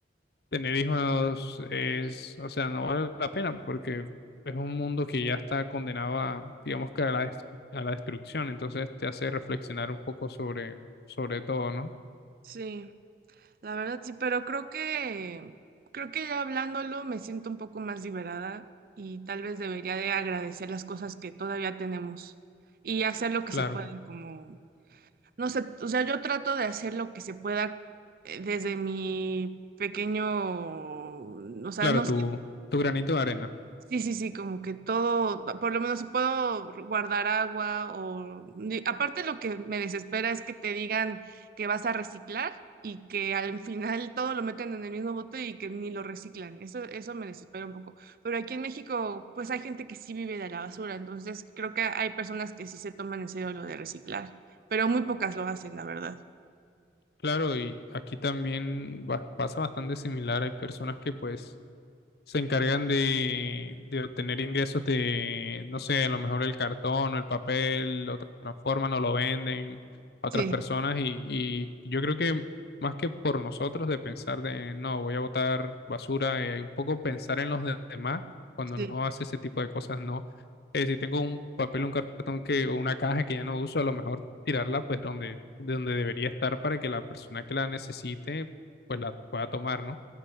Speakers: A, on the left; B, on the right.
A: tener hijos es, o sea, no vale la pena porque es un mundo que ya está condenado a, digamos que a la, dest- a la destrucción, entonces te hace reflexionar un poco sobre, sobre todo, ¿no?
B: Sí. La verdad sí, pero creo que creo que ya hablándolo me siento un poco más liberada y tal vez debería de agradecer las cosas que todavía tenemos y hacer lo que
A: Claro,
B: se puede, como, no sé, o sea, yo trato de hacer lo que se pueda eh, desde mi pequeño, o sea,
A: claro,
B: no
A: tu, tu granito de arena.
B: Sí, sí, sí, como que todo, por lo menos si puedo guardar agua o... ni- Aparte lo que me desespera es que te digan que vas a reciclar y que al final todo lo meten en el mismo bote y que ni lo reciclan. Eso, eso me desespera un poco. Pero aquí en México, pues hay gente que sí vive de la basura, entonces creo que hay personas que sí se toman en serio lo de reciclar, pero muy pocas lo hacen, la verdad.
A: Claro, y aquí también va- pasa bastante similar. Hay personas que pues se encargan de, de obtener ingresos de, no sé, a lo mejor el cartón o el papel, lo tra- transforman o lo venden a otras
B: Sí,
A: personas y, y yo creo que más que por nosotros de pensar de, no, voy a botar basura, eh, un poco pensar en los de- demás cuando
B: sí,
A: uno hace ese tipo de cosas, no. Eh, si tengo un papel, un cartón que, o una caja que ya no uso, a lo mejor tirarla pues donde, de donde debería estar para que la persona que la necesite pues la pueda tomar, ¿no?